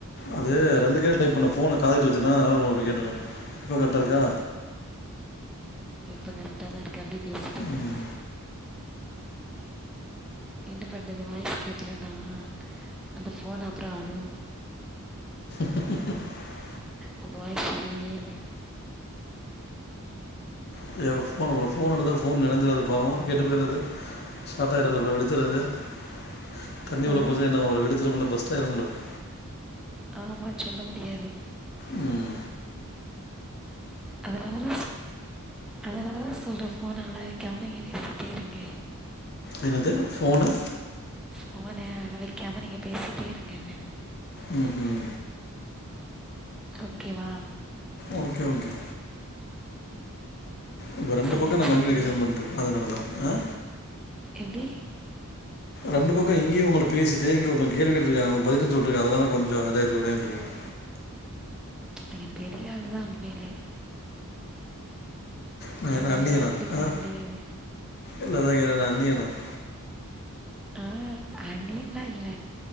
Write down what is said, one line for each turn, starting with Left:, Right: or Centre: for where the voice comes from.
Left: அது ரெண்டு ப டைப் பண்ண போனை காதட்டு வச்சுன்னா அப்படி கேட்டுக்கேன் இப்போ கரட்ட இருக்கா
Centre: இப்ப கரெக்டா தா இருக்கு அப்புடியே பேசிட்டே
Left: ம்,
Centre: பண்ணுங்க என்ன பண்றது வாய்ஸ் கேக்கலனா அந்த போன் அப்புற அளு
Left: <inaudible>
Centre: உங்க வாய்சு இல்லியே நீ
Left: ஃப அப்புறம் ஃபோன் வந்தால் ஃபோன் நினை்சறது பாவம் கெட்டு போயறது ஸ்டார்ட் ஆகிடுது அப்புறம் வெழுத்துடுது <unintelligible> தண்ணி
Centre: ஆ
Left: உள்ள போச என்ன ஆவுறது வெடுச்சுல பாஸ் தெலஙலா <unintelligible>
Centre: ஆமா சொல்ல முடியாது
Left: உம்
Centre: அதல்லது அதல்லது <unintelligible> சொல்கிற ஃபோன அலா வைக்காம பேசிட்டே இருங்க
Left: என்னதுஃபோனு
Centre: போஃபனை அள வைக்காம நீங்க பேசிட்டே இருங்கனு
Left: உம் உஹம்
Centre: ஓகேவா
Left: ஒகே ஒகே இப்ப ரெண்டு
Centre: சரிங்க
Left: பக்கம்ன் கம்யூனிகேஷன்
Centre: சரிங்க
Left: பண்ருக்கேன் அதனால தான் ஆஹ
Centre: எப்டி
Left: ரெண்டு பக்கம் இங்கய உங்களட பேசிட்டு இங்க ஒருதவக கேள்வி கேட்டு இருக்க அவுங்களுக்கு பதில் சொல்ரு அதனல தான் கொஞ்சம் இதயிர்சி ஒரே நிமிஷம்யிருங்க
Centre: இங்க பெரிய ஆள் தான் உண்மேலே
Left: ந என்ன
Centre: என்னாலலாம்
Left: அன்னியனா
Centre: அப்படி பண்ண
Left: ஆஹ
Centre: முடியாது
Left: எல்லாதான் க நான்னியன <unintelligible>
Centre: ஹா அண்னியன்ல இல்ல